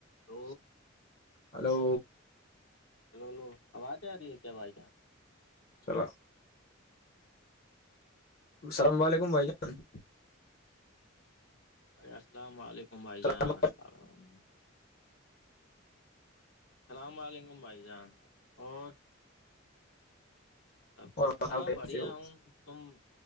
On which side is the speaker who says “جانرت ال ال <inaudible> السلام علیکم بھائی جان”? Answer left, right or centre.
Left